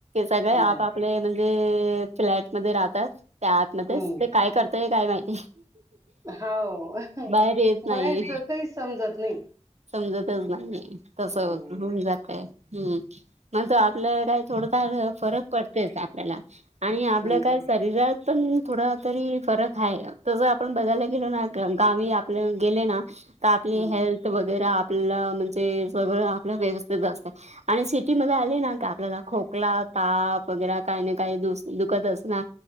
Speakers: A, on the right; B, on the right.
A: सगळे
B: नाही
A: आपापले म्हणजे, ते फ्लॅट मध्ये राहतात. त्या आतमध्येच
B: हम्म
A: ते काय करतय काय माहित.
B: हो
A: बाहेर येत नाही.
B: बाहेरच काही समजत नाही.
A: समजतच नाही. तस
B: हम्म
A: होऊन जातय. हम्म मग त आपल्या काय थोडंफार फरक पडतेच आपल्याला. आणि आपलं
B: हम्म
A: काय शरीरात पण थोडा तरी फरक आहे. तस आपण बघायला गेलो ना. गावी आपल्या गेले ना तर आपली
B: हम्म
A: हेल्थ वगैरा आपल्याला म्हणजे सगळं आपल व्यवस्थित असत. आणि सिटीमध्ये आले ना का, आपल्याला खोकला ताप वगैर, काही ना काही द दुखत असणार.